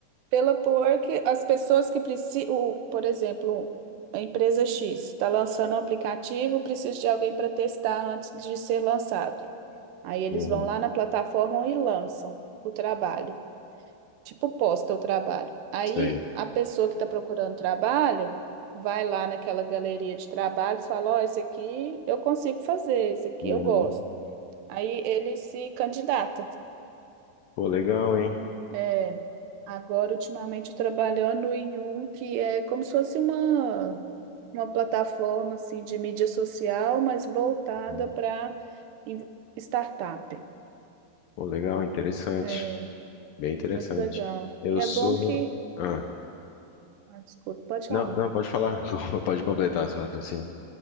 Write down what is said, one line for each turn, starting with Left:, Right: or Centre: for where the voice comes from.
Right: pela porque as pessoas que precisam, por exemplo, a empresa X está lançando um aplicativo, precisa de alguém para testar antes de ser lançado. Aí eles
Left: Uhum,
Right: vão lá na plataforma e lançam o trabalho, tipo posta o trabalho. Aí
Left: sei.
Right: a pessoa que está procurando trabalho vai lá naquela galeria de trabalhos e fala: Ó, esse aqui eu consigo fazer, esse aqui
Left: Uhum.
Right: eu gosto. Aí ele se candidata.
Left: Pô, legal, hein?
Right: É, agora ultimamente eu trabalhando em um que é como se fosse uma, uma plataforma assim de mídia social, mas voltada
Left: Uhum.
Right: para startup.
Left: Pô, legal, interessante.
Right: É
Left: Bem interessante.
Right: muito legal.
Left: Eu
Right: E é
Left: sou.
Right: bom que.
Left: Ah,
Right: Ah, desculpa, pode falar.
Left: não, não, pode falar. <laughs> Pode completar seu raciocínio.